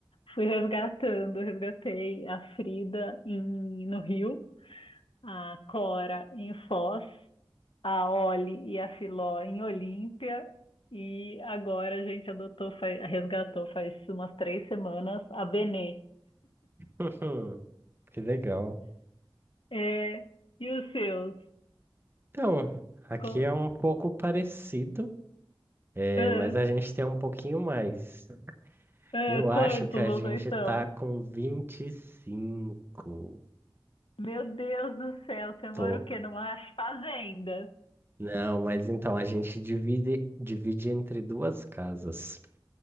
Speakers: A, on the left (about 75°); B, on the right (about 25°).
A: Fui resgatando, resgatei a Frida em- no Rio, a Cora em Foz, a Oli e a Filó em Olímpia. E agora a gente adotou, faz- resgatou faz umas três semanas a Benê.
B: <laughs> Que legal.
A: É, e os seus?
B: Então, aqui
A: Co-
B: é um pouco parecido, é,
A: ah,
B: mas a gente tem um pouquinho mais.
A: ah,
B: Eu acho
A: quantos
B: que a
A: vocês
B: gente
A: são?
B: tá com 25.
A: Meu Deus do céu, você mora
B: Tô.
A: o quê? Numa fazenda?
B: Não, mas então a gente divide, divide entre duas casas.